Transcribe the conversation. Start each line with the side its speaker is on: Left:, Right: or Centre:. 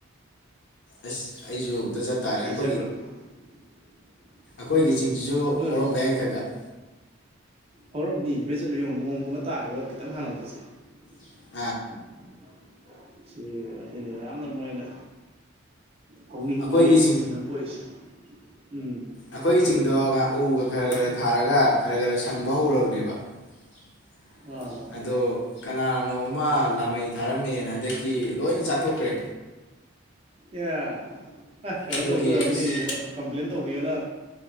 Left: ꯑꯁ ꯑꯩꯖꯨ ꯑꯝꯇ ꯆꯠꯇꯥꯥꯔꯦ ꯑꯩꯈꯣꯏ
Right: <unintelligible>
Left: ꯑꯩꯈꯣꯏꯒꯤ ꯆꯤꯡꯁꯤꯁꯨ
Right: ꯅꯣꯏꯔꯣꯝ
Left: ꯍꯧꯔꯝꯕ ꯌꯥꯏ ꯈꯔ ꯈꯔꯥ
Right: ꯍꯧꯔꯝꯅꯤ ꯍꯥꯏꯐꯠ ꯆꯠꯂꯨ ꯌꯦꯡꯉꯨ ꯅꯣꯡꯒꯨꯝꯕ ꯇꯥꯒꯤꯕ ꯈꯤꯇꯪ ꯍꯥꯡꯉꯛꯄꯁꯦ
Left: <unintelligible>
Right: <unintelligible> ꯁꯤ ꯑꯁꯤꯅꯤ ꯌꯥꯝꯅ ꯃꯣꯏꯅ ꯍꯧꯅꯤꯡꯕꯒꯤ
Left: ꯑꯩꯈꯣꯏꯒꯤ
Right: ꯏꯊꯤꯜ ꯑꯃ ꯄꯣꯛꯏꯁꯦ ꯎꯝ
Left: ꯑꯈꯣꯏꯒꯤ ꯆꯤꯡꯗꯣ ꯉꯥꯛ ꯎꯒ ꯈꯔ ꯈꯔ ꯊꯥꯔꯒ ꯈꯔ ꯈꯔ ꯁꯪꯕ ꯍꯧꯔꯕꯅꯤ <unintelligible>
Right: ꯑꯥ
Left: ꯑꯗꯣ ꯀꯅꯥꯅꯣꯝ ꯃꯥ ꯂꯥꯃꯩ ꯊꯥꯔꯝꯃꯦꯅ ꯍꯟꯗꯛꯀꯤ ꯂꯣꯏꯅ ꯆꯥꯊꯣꯛꯈ꯭ꯔꯦ
Right: <unintelligible> ꯑ ꯀꯩꯅꯣ
Left: ꯑꯗꯨꯒꯤ
Right: ꯇꯧꯕꯗꯣ ꯑꯣꯏꯔꯝꯅꯤ
Left: ꯑꯁ
Right: ꯀꯝꯄ꯭ꯂꯦꯟ ꯇꯧꯕꯤꯌꯣꯅ